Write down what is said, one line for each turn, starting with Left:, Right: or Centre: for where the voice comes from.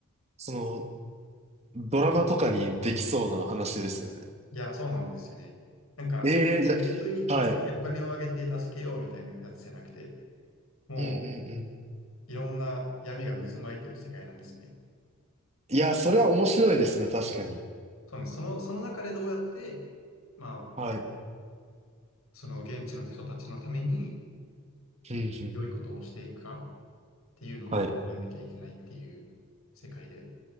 Right: その、ドラマとかにできそうな話ですよね。
Left: いや、そうなんですよね。なんか、
Right: ええー、じゃ
Left: 純粋に助け、
Right: あ、はい。
Left: お金をあげて助けようみたいなやつじゃなくて、もう
Right: うんうんうん。
Left: いろんな闇が渦巻いてる世界なんですよね。
Right: いや、それは面白いですね、確かに。
Left: そうなんです。その、その中でどうやって、まあ、
Right: はい。
Left: その現地の人たちのために
Right: うんうん。
Left: 良いことをしていくかっていうのを考えなきゃいけないっていう世界で、
Right: はい。